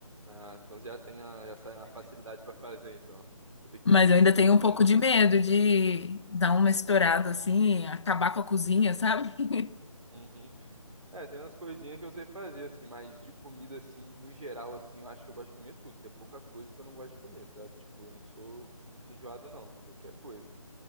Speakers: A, on the right; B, on the left.
A: Ah, então já tem a, já sai uma facilidade pra fazer, então. Vou ter que
B: Mas
A: perder
B: eu
A: esse
B: ainda
A: medo
B: tenho um pouco
A: aí.
B: de medo de dar uma estourada assim, acabar com a cozinha, sabe? <laughs>
A: Uhum. É, tem umas coisinhas que eu sei fazer, assim, mas de comida, assim, no geral, assim, eu acho que eu gosto de comer tudo. Tem pouca coisa que eu não gosto de comer, sabe? Tipo, eu não sou muito enjoado, não. Qualquer coisa.